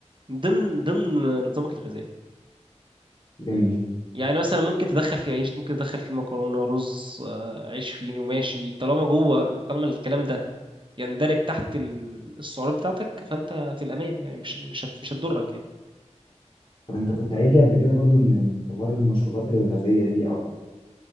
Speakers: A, on the right (about 45°); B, on the left (about 50°).
A: ضمن ضمن نظامك الغذائي
B: جميل
A: يعني مثلا ممكن تدخل فيه عيش ممكن تدخل فيه مكرونه رز آه عيش فينو ماشي طالما جوه طالما الكلام ده يندرج تحت ال- السعرات بتاعتك فانت في الامان يعني مش مش هت- مش هتضرك يعني
B: طب أنت كنت قايل لي قبل كده برضو إن حوار المشروبات الغازية دي أوقفها